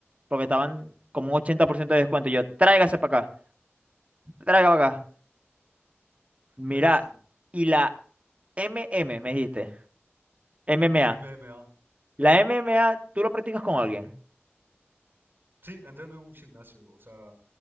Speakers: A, on the right; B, on the right.
A: porque estaban como un 80% de descuento. Y yo, tráigase para acá, tráiga para acá. Mirá,
B: buenísimo.
A: y la MM, me dijiste, MMA.
B: Ujú, MMA.
A: La MMA, ¿tú lo practicas con alguien?
B: Sí, entreno en un gimnasio, o sea,